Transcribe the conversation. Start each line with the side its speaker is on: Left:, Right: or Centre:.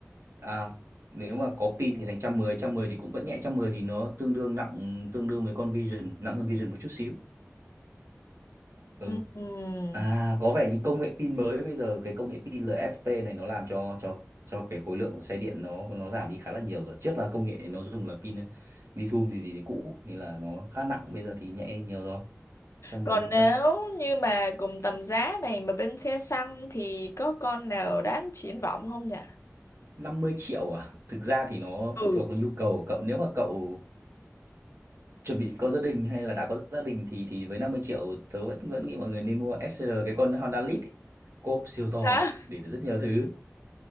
Right: à nếu mà có pin thì thành 110 110 thì cũng vẫn nhẹ 110 thì nó tương đương nặng tương đương với con Vision nặng hơn Vision một chút xíu Ừ.
Left: ừm.
Right: À, có vẻ như công nghệ pin mới bây giờ cái công nghệ pin LFP này nó làm cho cho cho cái khối lượng của xe điện nó nó giảm đi khá là nhiều rồi. Trước là công nghệ nó dùng là pin lithium gì gì thì cũ nên là nó khá nặng, bây giờ thì nhẹ đi nhiều rồi. 110
Left: Còn nếu
Right: cân,
Left: như mà cùng tầm giá này mà bên xe xăng thì có con nào đáng triển vọng không nhỉ?
Right: 50 triệu à? Thực ra thì nó
Left: Ừ.
Right: phụ thuộc vào nhu cầu của cậu. Nếu mà cậu chuẩn bị có gia đình hay là đã có gia đình thì thì với năm mươi triệu tớ vẫn vẫn nghĩ mọi người nên mua SR cái con Honda Lead ấy. Cốp siêu to
Left: Hả?
Right: để được rất nhiều thứ,